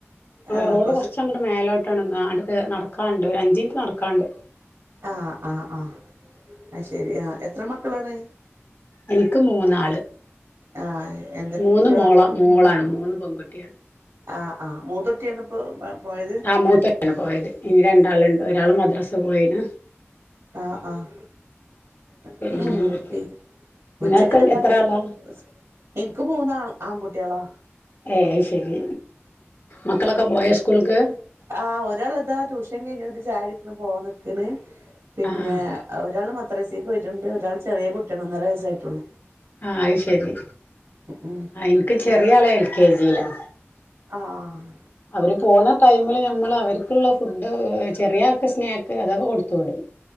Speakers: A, on the right; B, on the left.
A: ആ
B: റോഡ്
A: കുറച്ച്
B: കൊറച്ച് എങ്ങാണ്ട്. വീട് മേലോട്ടാണ് അടുത്ത് നടക്കാനുണ്ട്, ഒരു അഞ്ച് മിനിറ്റ് നടക്കാനുണ്ട്.
A: ആഹ് ആഹ് ആഹ് അത് ശരി, ആഹ് എത്ര മക്കളാണ്?
B: എൻക്ക് മൂന്നാള്.
A: ആ എന്തൊക്കെ
B: മൂന്ന്
A: കുട്ടികളാ
B: മോളാ മോളാണ്. മൂന്ന് പെങ്കുട്ട്യേള്.
A: ആഹ്. ആഹ്. മൂത്തൊട്ടിയാണ് പ്പൊ പാ പോയത്?
B: ആഹ്. മൂത്തട്ടിയാണ് പോയത്. ഇനി രണ്ടാള്ണ്ട്. ഒരാള് മദ്രസ് പോയിന്.
A: ആഹ്, ആഹ്. <unintelligible>
B: പിന്നെ എന്തൊക്കെ നിങ്ങൾക്ക്
A: ഉച്ചക്കെക്ക് എന്താള്ളെ
B: എത്ര ആളാ
A: സ് ഇൻക്ക് മൂന്നാ ആങ്കുട്ടിയളാ.
B: ഏഹ് അയ് ശരി. മക്കളൊക്കെ പോയൊ സ്കൂൾക്ക്?
A: ആഹ് ഒരാള്താ ട്യൂഷൻ കഴിഞ്ഞെന്ന്ട്ട് ചായൊടിക്ക്ണ് പോവാ നിക്ക്ണ്. പിന്നെ
B: ആഹ് ആഹ്
A: ആ ഒരാള് മദ്രസക്ക് പോയിട്ടുണ്ട്. ഒരാള് ചെറിയ കുട്ട്യാണ് ഒന്നര വയസ്സായിട്ടൊള്ളു.
B: ആഹ് അയ് ശരി.
A: ഉം
B: ആഹ് എൻക്ക് ചെറിയാള് എൽ കെ ജിയിലാ.
A: ആഹ്, ആഹ്.
B: അവര് പോണ ടൈമില് ഞമ്മള് അവര്ക്ക്ള്ളെ ഫുഡ് ഏഹ് ചെറിയാക്ക് സ്നേ ക്കെ അതൊക്കെ കൊട്ത്ത് വിടും.